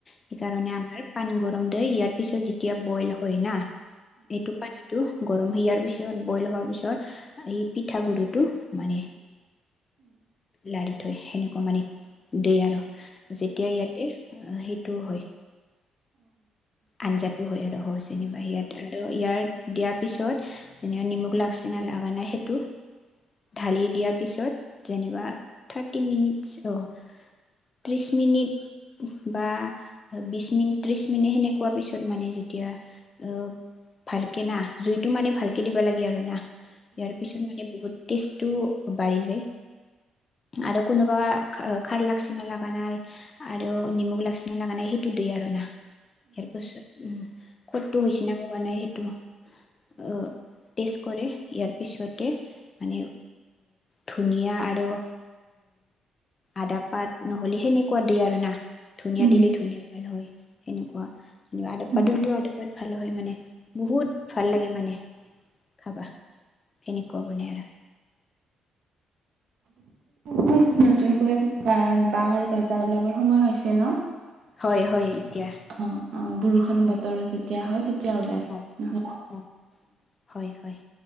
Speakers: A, on the left; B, on the right.
A: সেইকাৰণে আমাৰ পানী গৰম দ ইয়াত তাৰ পিছত যেতিয়া বইল হয় না এইটো পানীতটো গৰম হাৰ পিছত বইল হোৱাৰ পিছত এই পিঠাগুৰিটো মানে লাৰি থৈ সেনেকুৱা মানে দ আৰু যেতিয়া ইয়াতে অহ সেইটোও হয় আঞ্জাটো হয় আৰু স যেনিবা ইয়াত আৰু ইয়াৰ দিয়াৰ পিছত যেনিবা নিমখ লাগছি ন না নাই সেইটো ঢালি দিয়াৰ পিছত যেনিবা থাৰ্টি মিনিটছ অ' ত্ৰিশ মিনিট বা বিশ মিনিট ত্ৰিশ মিনিট সেনো খোৱা পিছত মানে যেতিয়া অ ভালকে না জুইতটো মানে ভালকে দিবা লাগে আৰু না ইয়াৰ পিছত মানে বহুত টেষ্টটো বাঢ়ি যায় আৰু কোনোবা খাৰ লাগচি ন লগা নাই আৰু নিমখ লাগচি ন লগা নাই সেইটো <unintelligible> সুদেই আৰু না <unintelligible> ইয়াৰ পাছত উম কতটো হৈছে না উব নাই সেইটো অ <unintelligible> কৰে ইয়াৰ পিছতে মানে ধুনীয়া আৰু আদা পাত নহ'লে সেনেকুৱা দ আৰু না ধুনীয়া
B: উম
A: দিলে ধুনীয়া পাল হয় সেনেকুৱা <unintelligible> যেনিবা আদব
B: হুম
A: পাত হলেও আদব পাত ভাল হয় মানে বহুত ভাল লাগে মানে <unintelligible> খাবা সেনেকুৱা বনে আৰু
B: মই এতিয়া নতুনকৈ ব বাঁহৰ গাজা ওলাবৰ সময় হৈছে ন <unintelligible>
A: হয় হয় এতিয়া
B: অ অ বৰষুণ
A: পাইছে হয়
B: বতৰ যেতিয়া হয় তেতিয়া ওলাই
A: অঁ অঁ
B: নহলে।
A: অঁ হয় হয়